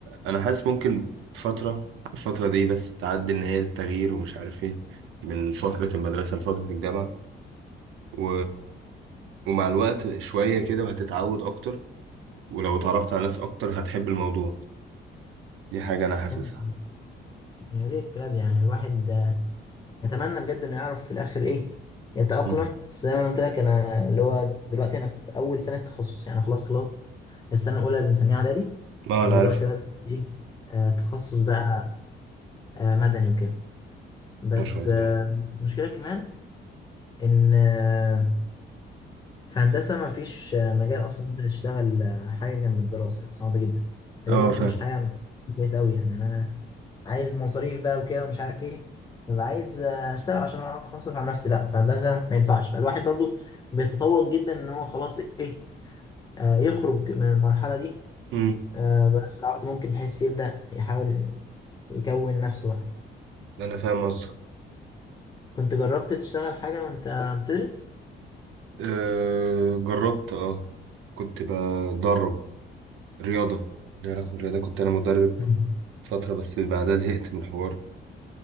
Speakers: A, on the right; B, on the left.
A: انا حاسس ممكن فتره الفتره دي بس تعدي ان هي التغيير ومش عارف ايه من فتره المدرسه لفتره الجامعه و... ومع الوقت شويه كده وهتتعود اكتر ولو اتعرفت على ناس اكتر هتحب الموضوع دي حاجه انا حاسسها
B: ممكن يا ريت بجد يعني الواحد آه، يتمنى بجد انه يعرف في الاخر ايه يتأقلم
A: مم.
B: بس زي ما انا قلت لك انا اللي هو دلوقتي انا في اول سنه تخصص يعني خلاص خلاص السنه الاولى اللي بنسميها اعدادي
A: ما
B: ودلوقتي
A: انا عارف
B: بقى ايه آه تخصص بقى آه مدني وكده بس
A: ما شاء الله
B: آه المشكله كمان ان آه في هندسة ما فيش مجال أصلا أنت تشتغل حاجة جنب الدراسة يعني صعب جدا فدي
A: اه
B: برضه
A: فاهم
B: مش حاجة كويسة أوي يعني أنا عايز مصاريف بقى وكده ومش عارف إيه ببقى عايز أشتغل عشان أعرف أصرف على نفسي لأ في هندسة ما ينفعش فالواحد برضه بيتطور جدا إن هو خلاص إيه آه، يخرج من المرحلة دي
A: امم
B: آه، بأسرع وقت ممكن بحيث يبدأ يحاول يكون نفسه بقى
A: انا فاهم قصدك
B: كنت جربت تشتغل حاجة وأنت بتدرس؟
A: أه جربت اه كنت بدرب رياضه ليها علاقه بالرياضه كنت انا مدرب
B: مم.
A: فتره بس بعدها زهقت من الحوار